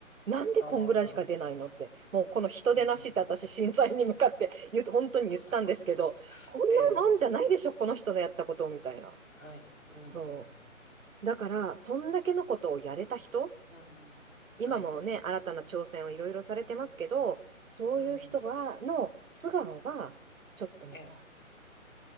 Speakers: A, on the right; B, on the left.
A: なんでこんぐらいしか出ないのって、
B: ああ、なるほど。
A: もうこの人出なしって私審査員に向かって言う、
B: うん、うん、うん。
A: 本当に言ったんですけど、
B: あ、そうですか。
A: こんなもんじゃないでしょ、
B: ええ、
A: この人のやったことみたいな。
B: はい。うん、
A: そ
B: うん、
A: う。だから、そんだけのことをやれた人、
B: うん。
A: 今もね、
B: うん、はい。
A: 新たな挑戦をいろいろされてますけど、そういう人が、
B: うん、
A: の素顔がちょっと見たい。
B: ええ、